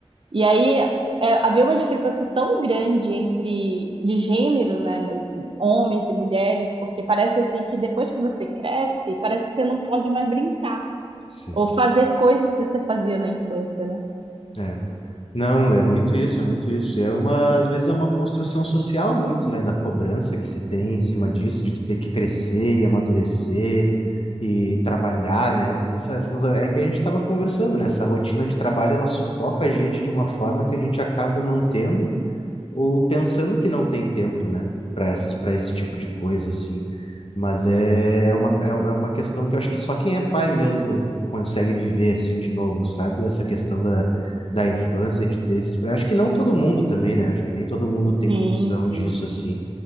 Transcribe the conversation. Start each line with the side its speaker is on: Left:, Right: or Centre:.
Right: E aí é, havia uma discrepância tão grande entre de gênero, né, homens e mulheres, porque parece assim que depois que você cresce, parece que você não pode mais brincar
Left: Sim,
Right: ou fazer coisas que você fazia na infância, né?
Left: é. Não, é muito isso, é muito isso. É uma, às vezes é uma construção social muito, né, da cobrança que se tem em cima disso, de tu ter que crescer e amadurecer e trabalhar, né? Isso, essas, é que a gente estava conversando, né? Essa rotina de trabalho, ela sufoca a gente de uma forma que a gente acaba não tendo ou pensando que não tem tempo, né, para esse, para esse tipo de coisa, assim. Mas é, é uma, é é uma questão que eu acho que só quem é pai mesmo consegue viver, assim, de novo, sabe? Essa questão da, da infância, de ter esses... pra- Acho que não todo mundo também, né? Acho que nem todo mundo tem
Right: Sim,
Left: condição
Right: sim.
Left: disso, assim.